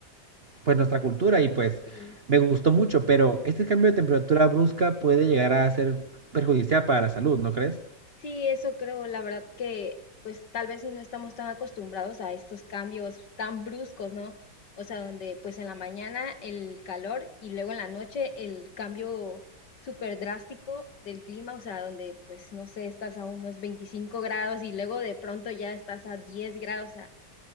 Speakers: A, on the right; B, on the left.
A: pues nuestra cultura y pues
B: sí.
A: me gustó mucho, pero este cambio de temperatura brusca puede llegar a ser perjudicial para la salud, ¿no crees?
B: Sí, eso creo, la verdad que pues tal vez si no estamos tan acostumbrados a estos cambios tan bruscos, ¿no? O sea, donde pues en la mañana el calor y luego en la noche el cambio súper drástico del clima, o sea, donde pues no sé, estás a unos 25 grados y luego de pronto ya estás a 10 grados, o sea,